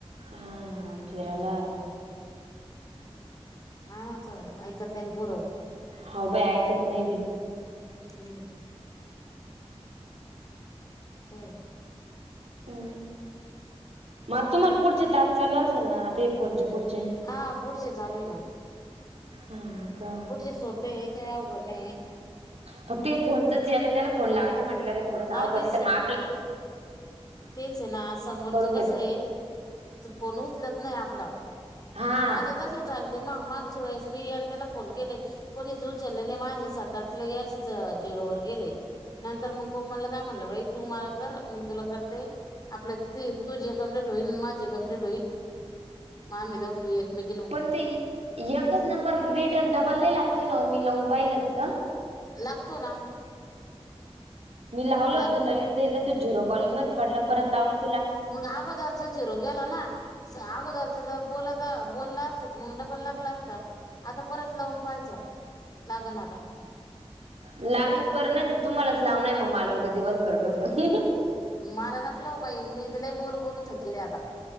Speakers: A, on the right; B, on the left.
A: हा फिरायला,
B: हम्, हा ना तर ऐकत नाही ना पोरं,
A: हो, का बाई ऐकत नाही बी,
B: हम्म, हम्,
A: हू मग तुम्हाला पुढचे टास्क चालू असेल ना, आता हे फोनचे पुढचे?
B: हां पुढचे चालु ये ना.
A: हा. का
B: पुढचे सोपे आहे, काही अवघड नाहीये.
A: फक्त हे फोनचच, याला त्याला फोन लावायच म्हटलं, रे थोडस अवघड
B: हा तेच
A: तर मग आपल
B: तेच ये ना, समोरच
A: घेतो
B: कसये फोन उचलत नाही आपला.
A: हा
B: माझे तसेच झालते मग, मागच्या वेळेस मी याला त्याला फोन केले कोणीच उचलले नाही. माझे सात, आठ अशेच झिरो वर गेले. नंतर मग कोमलला काय म्हटलं बाई. तु मला कर, मी तुला कर ते. आपल्यात जे तुझे कंप्लेट होईल. माजे कंप्लेट होईल. म आम्ही दोघी मग एकमेकी
A: पणं ते एकच नंबर रिटर्न डबल नाही लागतोय नव्ह. मी लावुन पाहिला तर
B: लागतो ना.
A: मी लावला होता
B: लागतो
A: ललित ताइला झिरो कॉल मध्ये पडला, परत लावलं तर
B: मग अगोदरचा झिरो गेला ना. अगोदरच जर बोल तर बोलला असत, तर मग डबल लागला असता. आता परत लावून पाहायचा. लागना आता.
A: लागलंत बरं नाही तर, तुम्हालाच लाव ना मग मला उद्या दिवसभर डोकं.
B: मला नको लाऊ बाई. मी तर लई बोलू बोलू थकेली आता.